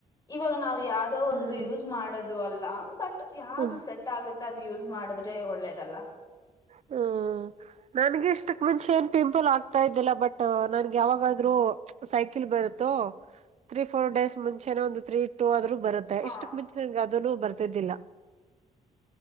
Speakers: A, on the left; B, on the right.
A: ಇವಾಗ ನಾವು ಯಾವ್ದೋ ಒಂದು
B: ಹ್ಮ್
A: ಯೂಸ್ ಮಾಡೋದು ಅಲ್ಲ ಬಟ್ ಯಾವ್ದು
B: ಹ್ಮ್
A: ಸೆಟ್ ಆಗುತ್ ತ್ ಅದ್ ಯೂಸ್ ಮಾಡಿದ್ರೆ ಒಳ್ಳೇದಲ್ಲ
B: ಹ್ಮ್. ನನ್ಗೆ ಇಷ್ಟಕ್ ಮುಂಚೆ ಏನ್ ಪಿಂಪಲ್ ಆಗ್ತಾ ಇದ್ದಿಲ್ಲ ಬಟ್ ನನ್ಗೆ ಯಾವಾಗದರೂ ಸೈಕಲ್ ಬರುತ್ತು ತ್ರೀ ಫೋರ್ ಡೇಸ್ ಮುಂಚೆನೆ ಒಂದು ತ್ರೀ ಟೂ ಆದ್ರೂ ಬರುತ್ ತೆ
A: ಹ
B: ಇಷ್ಟಕ್ ಮುಂಚೆ ನನ್ಗೆ ಅದನು ಬರ್ತಿದ್ದಿಲ್ಲ.